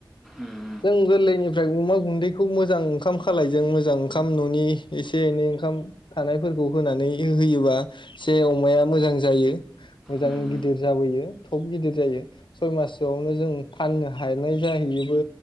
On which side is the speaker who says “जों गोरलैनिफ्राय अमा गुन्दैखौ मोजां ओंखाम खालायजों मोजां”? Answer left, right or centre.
Left